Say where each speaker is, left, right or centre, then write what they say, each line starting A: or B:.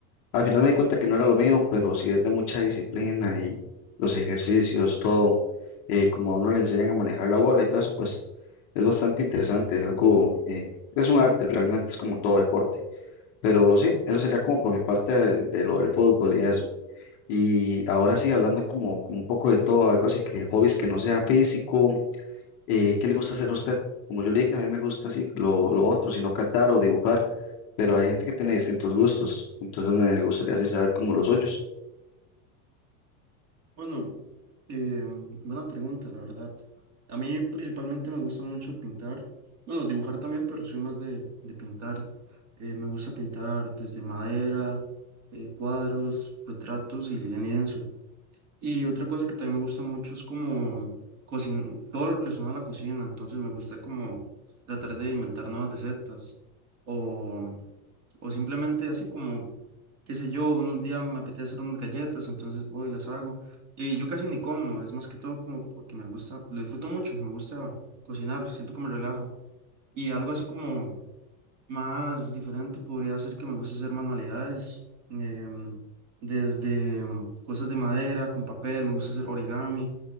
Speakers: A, on the left; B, on the right.
A: al final me di cuenta que no era lo mío, pero sí es de mucha disciplina y los ejercicios, todo, eh, como a uno le enseñan a manejar la bola y todo eso, pues es bastante interesante, es algo, eh, es un arte realmente, es como todo deporte. Pero sí, eso sería como por mi parte de, de lo del fútbol y eso. Y ahora sí, hablando como, como un poco de todo, algo así que hobbies que no sea físico eh, ¿qué le gusta hacer a usted? Como yo le dije, a mí me gusta así lo, lo otro, sino cantar o dibujar, pero hay gente que tiene distintos gustos, entonces me gustaría así saber como los suyos.
B: bueno Eh, buena pregunta, la verdad. A mí principalmente me gusta mucho pintar, bueno, dibujar también, pero soy más de, de pintar. Eh, me gusta pintar desde madera, eh, cuadros, retratos y en lienzo. Y otra cosa que también me gusta mucho es como cocin todo lo relacionado a la cocina, entonces me gusta como tratar de inventar nuevas recetas o, o simplemente así como qué sé yo, un un día me apetece hacer unas galletas, entonces voy y las hago. Y yo casi ni como, es más que todo como porque me gusta, lo disfruto mucho, me gusta cocinar, siento que me relaja. Y algo así como más diferente podría ser que me gusta hacer manualidades, em, desde em, cosas de madera, con papel, me gusta hacer origami